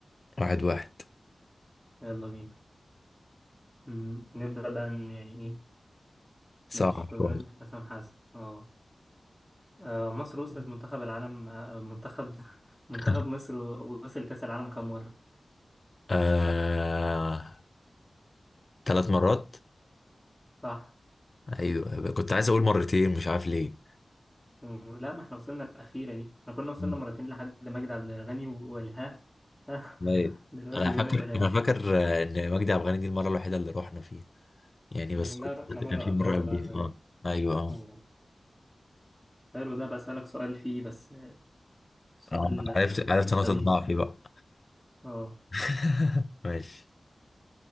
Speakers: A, on the left; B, in the centre.
A: واحد واحد
B: يلا بينا مم. نبدأ بقى ن- يعني إيه
A: صعب
B: ماشي بمناسبة
A: شوية
B: حسام حسن أه آه، مصر وصلت منتخب العالم آه، منتخب <laughs> منتخب
A: <laughs>
B: مصر وصل كأس العالم كام مرة
A: آه ثلاث مرات
B: صح
A: ايوه كنت عايز اقول مرتين مش عارف ليه
B: مم. لا ما احنا وصلنا الأخيرة دي احنا كنا وصلنا
A: مم.
B: مرتين لحد مجدي عبد الغني و- والها <laughs>
A: طيب.
B: دلوقتي
A: انا فاكر
B: بقينا ثلاثة
A: انا فاكر آه، ان مجدي عبد الغني دي المره الوحيده اللي رحنا فيها يعني
B: مم،
A: بس قلت
B: لا رحنا مرة
A: كان في
B: قبلها
A: مره قبليها
B: بقى زمان
A: اه ايوه اه
B: أه حلو ده بسألك سؤال فيه بس آه، سؤال
A: آه،
B: آه،
A: عرفت عرفت نقطه
B: خبيث
A: ضعفي بقى
B: أه
A: <laughs> ماشي